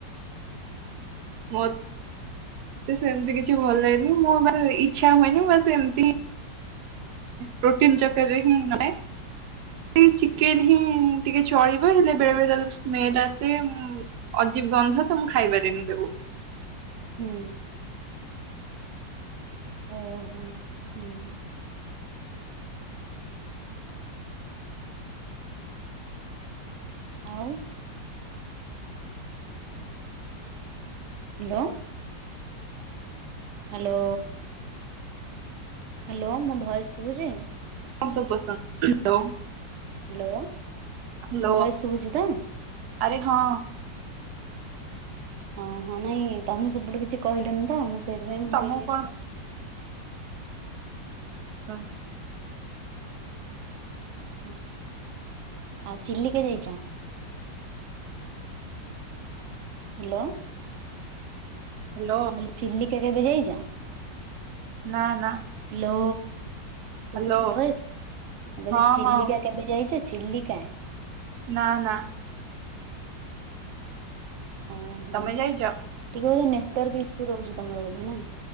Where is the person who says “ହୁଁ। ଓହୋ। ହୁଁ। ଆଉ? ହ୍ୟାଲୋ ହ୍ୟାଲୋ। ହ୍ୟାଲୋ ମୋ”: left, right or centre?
Right